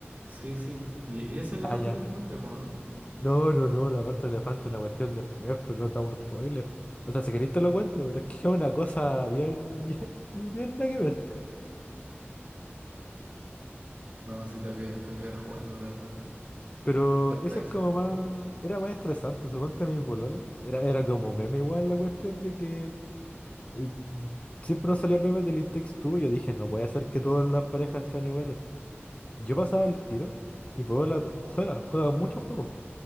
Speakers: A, on the right; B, on the left.
A: Sí, sí. Y, y esa es la
B: Ah,
A: parte
B: ya.
A: del elefante, pues, ¿no?
B: No, no, no, la parte del elefante es una cuestión después, pero no te hago spoiler. O sea, si queréis te lo cuento, pero es que es una cosa bien, <laughs> bien, bien, bien nada que ver.
A: No, sí, tengo que, tengo que rejugarlo, la verdad.
B: Pero
A: Falta
B: ese
A: eso.
B: es como más... Era más estresante, suponte a mi polola. Era, era como meme igual la cuestión de que... eh, siempre nos salían memes del It Takes Two y yo dije, no puede ser que todas las parejas sean iguales. Yo pasaba el tiro y Puebla t- juega, juega muchos juegos. po.